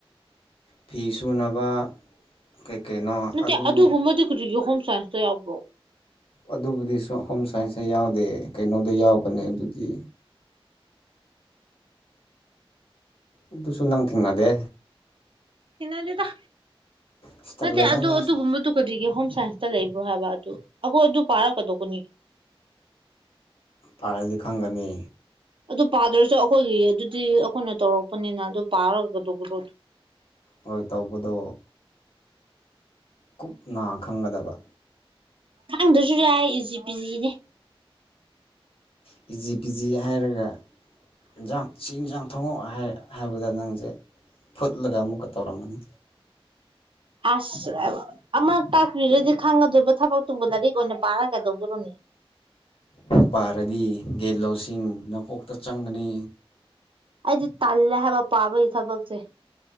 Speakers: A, on the left; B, on the right.
A: ꯐꯤ ꯁꯨꯅꯕ ꯀꯩ ꯀꯩꯅꯣ
B: ꯅꯠꯇꯦ
A: ꯑꯗꯨ
B: ꯑꯗꯨꯒꯨꯝꯕꯗꯤ ꯀꯖꯤꯛꯒꯤ ꯍꯣꯝ ꯁꯥꯏꯟꯁꯇ ꯌꯥꯎꯕ꯭ꯔꯣ
A: ꯑꯗꯨꯕꯨꯗꯤ ꯁ ꯍꯣꯝ ꯁꯥꯏꯟꯁꯇ ꯌꯥꯎꯗꯦ ꯀꯩꯅꯣꯗ ꯌꯥꯎꯕꯅꯦ ꯑꯗꯨꯗꯤ ꯑꯗꯨ ꯑꯗꯨꯁꯨ ꯅꯪ ꯊꯦꯡꯅꯗꯦ
B: ꯁꯤꯅꯗꯤꯗ
A: ꯑꯁ ꯇꯜꯂꯦꯗ
B: ꯅꯠꯇꯦ ꯑꯗꯨ
A: ꯅꯪꯁꯨ
B: ꯑꯗꯨꯒꯨꯝꯕꯗꯨ ꯀꯔꯤꯒꯦ ꯍꯣꯝ ꯁꯥꯏꯟꯁꯇ ꯂꯩꯕ꯭ꯔꯣ ꯍꯥꯏꯕ ꯑꯗꯨ ꯑꯩꯈꯣꯏ ꯑꯗꯨ ꯄꯥꯔꯛꯀꯗꯧꯕꯅꯤ
A: ꯄꯥꯔꯗꯤ ꯈꯪꯒꯅꯤ
B: ꯑꯗꯨ ꯄꯥꯗ꯭ꯔꯁꯨ ꯑꯩꯈꯣꯏꯒꯤ ꯑꯗꯨꯗꯤ ꯑꯩꯈꯣꯏꯅ ꯇꯧꯔꯛꯄꯅꯤꯅ ꯑꯗꯨ ꯄꯥꯔꯒꯗꯧꯕꯗꯣ
A: ꯑꯣꯏꯣꯏ ꯇꯧꯕꯗꯣ ꯀꯨꯞ ꯅꯥ ꯈꯪꯒꯗꯕ
B: ꯈꯪꯗ꯭ꯔꯁꯨ ꯌꯥꯏ ꯏꯖꯤ ꯄꯤꯖꯤꯅꯦ
A: ꯄꯤꯖꯤ ꯄꯤꯖꯤ ꯍꯥꯏꯔꯒ ꯑꯦꯟꯖꯥꯡ ꯆ ꯏꯟꯖꯥꯡ ꯊꯣꯡꯉꯛꯑꯣ ꯍꯥꯏ ꯍꯥꯏꯕꯗ ꯅꯪꯁꯦ ꯐꯨꯠꯂꯒ ꯑꯃꯨꯛꯀ ꯇꯧꯔꯝꯕꯅꯤ
B: ꯑꯁꯃ ꯑꯃ ꯇꯥꯛꯄꯤꯔꯗꯤ ꯈꯪꯒꯗꯣꯏꯕ ꯊꯕꯛꯇꯨꯕ ꯂꯥꯏꯔꯤꯛ ꯑꯣꯏꯅ ꯄꯥꯔꯒ ꯀꯩꯗꯧꯕꯔꯨꯅꯦ
A: ꯄꯥꯔꯗꯤ ꯒꯦꯠꯂꯣꯁꯤꯡ ꯅꯀꯣꯛꯇ ꯆꯪꯒꯅꯤ
B: ꯑꯩꯗꯤ ꯇꯜꯂꯦ ꯍꯥꯏꯕ ꯄꯥꯕꯒꯤ ꯊꯕꯛꯁꯦ